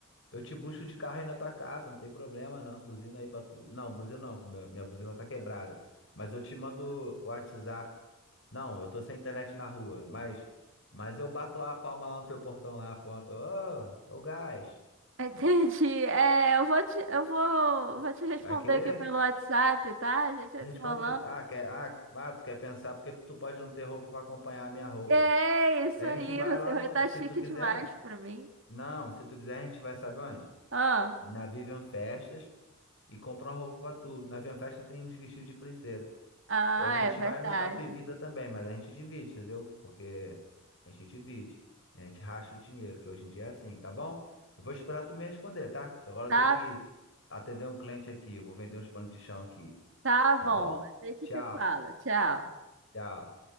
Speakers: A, on the left (about 60°); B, on the right (about 60°).
A: Eu te busco de carro aí na tua casa, não tem problema não. Buzina aí pra tu. Não, buzina não, minha minha buzina tá quebrada. Mas eu te mando o WhatsApp. Não, eu tô sem internet na rua, mas mas eu bato lá a palma lá no teu portão lá, ponto. Ô, ô gás.
B: <laughs> Entendi. É, eu vou te, eu vou, vou te responder
A: Vai querer?
B: aqui pelo WhatsApp, tá? A gente vai
A: Responde.
B: se falando.
A: Ah, quer... ah, ah, tu quer pensar porque tu pode não ter roupa pra acompanhar a minha roupa.
B: É isso
A: A
B: aí,
A: gente vai
B: você
A: lá no.
B: vai estar
A: Se
B: chique
A: tu quiser.
B: demais pra mim.
A: Não, se tu quiser, a gente vai, sabe onde?
B: Ah,
A: Na Vivian Festas e compra uma roupa pra tu. Na Vivian Festa tem uns vestidos de princesa.
B: ah,
A: Ou a gente
B: é verdade.
A: vai no Shopping Vida também, mas a gente divide, entendeu? Porque a gente divide. A gente racha o dinheiro, que hoje em dia é assim, tá bom? Eu vou esperar tu me responder, tá? Que agora
B: Tá,
A: eu tenho que atender um cliente aqui. Eu vou vender uns panos de chão aqui.
B: tá
A: Tá
B: bom.
A: bom?
B: Deixa
A: Tchau.
B: você fala. Tchau.
A: Tchau.